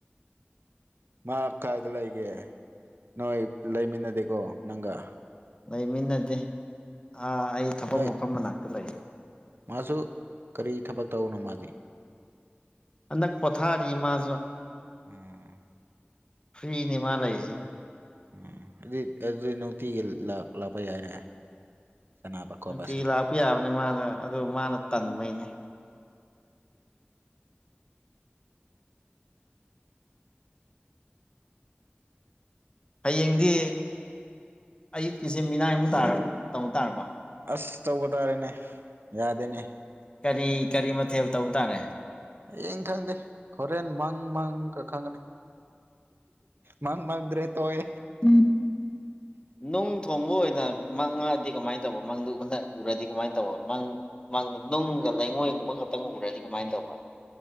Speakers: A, on the right; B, on the left.
A: ꯃꯍꯥꯛ ꯀꯥꯏꯗ ꯂꯩꯒꯦ ꯅꯣꯏ ꯂꯩꯃꯤꯟꯅꯗꯦꯀꯣ ꯅꯪꯒ
B: ꯂꯩꯃꯤꯟꯅꯗꯦ ꯑꯥ ꯑꯩ ꯊꯕꯛ
A: ꯅꯣꯏ
B: ꯃꯐꯝ ꯃꯅꯥꯛꯇ ꯂꯩ
A: ꯃꯥꯁꯨ ꯀꯔꯤ ꯊꯕꯛ ꯇꯧꯕꯅꯣ ꯃꯥꯗꯤ
B: ꯑꯅꯛ ꯄꫭꯊꯥꯔꯤꯃꯥꯖꯨ
A: ꯎꯝ
B: ꯐꯔꯤꯅꯦ ꯃꯥ ꯂꯩꯖꯦ
A: ꯎꯝ ꯑꯗꯨꯗꯤ ꯑꯗꯨꯗꯤ ꯅꯨꯡꯇꯤꯒꯤ ꯂꯥꯛꯄ ꯌꯥꯏꯅꯦ ꯁꯥꯟꯅꯕ ꯈꯣꯠꯄꯁꯦ
B: ꯅꯨꯡꯇꯤ ꯂꯥꯛꯄ ꯌꯥꯕꯅꯤ ꯃꯥꯗ ꯑꯗꯨ ꯃꯥꯅ ꯇꯟꯕꯩꯅꯦ ꯍꯌꯦꯡꯗꯤ ꯑꯌꯨꯛꯀꯤꯖꯦ ꯃꯤꯅꯥꯏꯃꯨꯛ ꯇꯥ ꯇꯧ ꯇꯥꯔꯕ
A: ꯑꯁ ꯇꯧꯕ ꯇꯥꯔꯦꯅꯦ ꯌꯥꯗꯦꯅꯦ
B: ꯀꯔꯤ ꯀꯔꯤ ꯃꯊꯦꯜ ꯇꯧꯕ ꯇꯥꯔꯦ
A: ꯍꯌꯦꯡ ꯈꯪꯗꯦ ꯍꯣꯔꯦꯟ ꯃꯪ ꯃꯪꯒ ꯈꯪꯉꯅꯤ ꯃꯥꯡ ꯃꯥꯡꯗ꯭ꯔꯦ ꯇꯧꯋꯦ
B: ꯎꯝ ꯅꯨꯡ ꯊꯣꯡꯕ ꯑꯣꯏꯅ ꯃꯪꯉꯛꯑꯗꯤ ꯀꯃꯥꯏꯅ ꯇꯧꯕ ꯃꯪꯗꯨ ꯎꯔꯗꯤ ꯀꯃꯥꯏꯅ ꯇꯧꯕ ꯃꯪ ꯃꯥꯡꯗ ꯅꯨꯡꯒ ꯂꯩꯉꯣꯏꯒꯨꯝꯕ ꯈꯛꯇꯪ ꯎꯔꯗꯤ ꯀꯃꯥꯏꯅ ꯇꯧꯕ